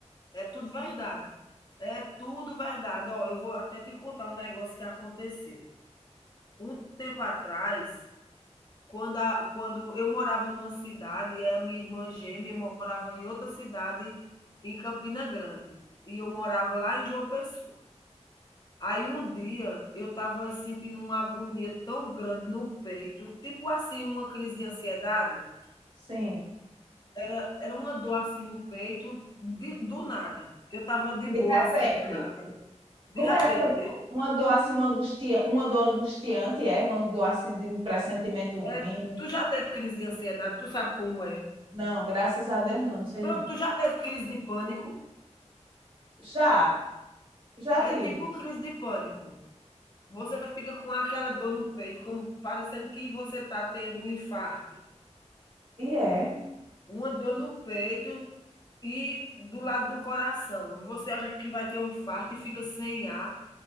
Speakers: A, on the left; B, on the right.
A: É tudo verdade. É tudo verdade. Ó, eu vou até te contar um negócio que aconteceu. Um tempo atrás, Quando, a- quando eu morava numa cidade, e a minha irmã gêmea morava em outra cidade, em Campina Grande, e eu morava lá em João Pessoa. Aí um dia eu estava sentindo uma agonia tão grande no peito, tipo assim, uma crise de ansiedade.
B: Sim.
A: Era, era uma dor assim no peito, de- do nada. Eu estava de
B: De
A: boa
B: repente,
A: assim em casa. De
B: como
A: repente,
B: era essa dor?
A: eu-
B: Uma dor assim, uma angustia, uma dor angustiante, é? Uma dor assim de um pressentimento ruim?
A: é, tu já teve crise de ansiedade, tu sabe como é.
B: Não, graças a Deus não, não sei
A: Pronto,
B: não.
A: tu já teve crise de pânico?
B: Já, já
A: É
B: tive.
A: tipo uma crise de pânico. Você fica com aquela dor no peito, como parecendo que você está tendo um infarto,
B: E é.
A: uma dor no peito e do lado do coração. E você acha que vai ter um infarto e fica sem ar